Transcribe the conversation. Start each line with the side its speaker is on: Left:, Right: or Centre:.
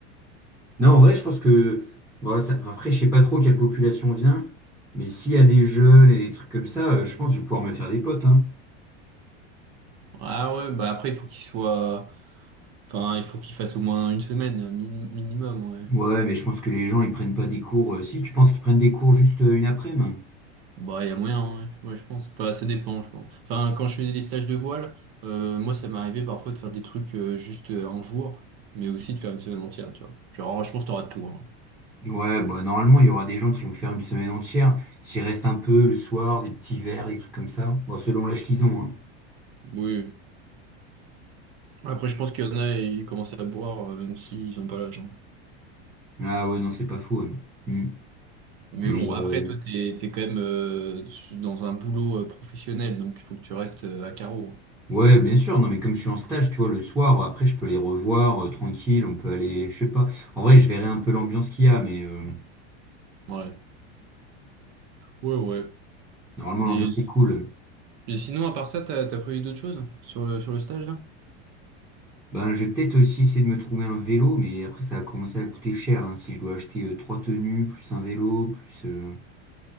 Centre: Non, en vrai, je pense que... Bon, ça- Après, je sais pas trop quelle population vient, mais s'il y a des jeunes et des trucs comme ça, euh, je pense que je vais pouvoir me faire des potes, hein.
Right: Ah ouais, bah après, il faut qu'il soit... Enfin, il faut qu'il fasse au moins une semaine, un mini- minimum, ouais.
Centre: Ouais, mais je pense que les gens, ils prennent pas des cours... euh, Si, tu penses qu'ils prennent des cours juste euh, une après-midi?
Right: Bah, il y a moyen, ouais. Ouais, je pense. Enfin, ça dépend, je pense. Enfin, quand je faisais des stages de voile, euh, moi, ça m'arrivait parfois de faire des trucs euh, juste euh, un jour, mais aussi de faire une semaine entière, tu vois. Genre, je pense que t'auras tout, hein.
Centre: Ouais, bah normalement, il y aura des gens qui vont faire une semaine entière. S'il reste un peu le soir, des petits verres, des trucs comme ça. Bon, selon l'âge qu'ils ont, hein.
Right: Oui. Après, je pense qu'il y en a, ils commencent à boire, euh, même s'ils ont pas l'âge. hein.
Centre: Ah ouais, non, c'est pas faux. ouais. Hmm.
Right: Mais
Centre: Mais
Right: bon, après,
Centre: euh,
Right: toi, t'es, t'es quand même euh, dans un boulot euh, professionnel, donc il faut que tu restes euh, à carreau.
Centre: ouais, bien sûr, non, mais comme je suis en stage, tu vois, le soir, après, je peux les revoir euh, tranquille, on peut aller, je sais pas. En vrai, je verrai un peu l'ambiance qu'il y a, mais euh,
Right: hein. Ouais. Ouais, ouais.
Centre: normalement,
Right: Et,
Centre: l'ambiance est cool.
Right: et sinon, à part ça, t'as, t'as prévu d'autres choses sur le, sur le stage, là?
Centre: Ben, je vais peut-être aussi essayer de me trouver un vélo, mais après, ça a commencé à commencer à coûter cher, hein, si je dois acheter euh, trois tenues, plus un vélo, plus... euh,